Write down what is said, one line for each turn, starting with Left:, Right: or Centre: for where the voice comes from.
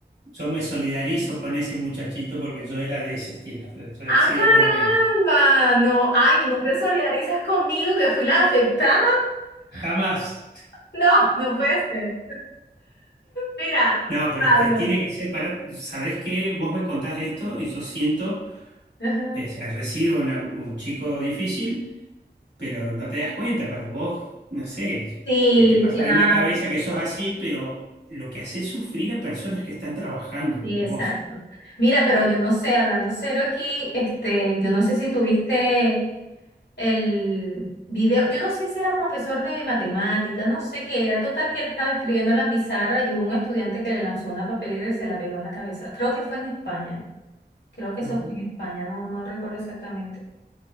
Right: yo me solidarizo con ese muchachito porque yo era de ese estilo. Yo he
Left: ¡Ah,
Right: sido
Left: caramba!
Right: terrible.
Left: No, ay, ¿no te solidarizas conmigo que fui la afectada?
Right: Jamás.
Left: No, no puede ser. Mira,
Right: No, pero
Left: palo.
Right: es que tiene que ser para. ¿Sabés qué? Vos me contás esto y yo siento,
Left: Ajá.
Right: eh, o sea, yo he sido una- un chico difícil, pero no te das cuenta. Para vos, no sé,
Left: Sí,
Right: que te pasará
Left: claro,
Right: en la cabeza que sos así, pero lo que haces es sufrir a personas que están trabajando
Left: sí,
Right: como
Left: exacto.
Right: vos.
Left: Mira, pero yo no sé, hablando serio aquí, este, yo no sé si tuviste el video, yo no sé si era profesor de matemática. no sé qué era, total que él estaba escribiendo en la pizarra y hubo un estudiante que le lanzó una papelera y se la pegó en la cabeza. Creo que fue en España, creo que eso
Right: Ajá.
Left: fue en España, no, no recuerdo exactamente.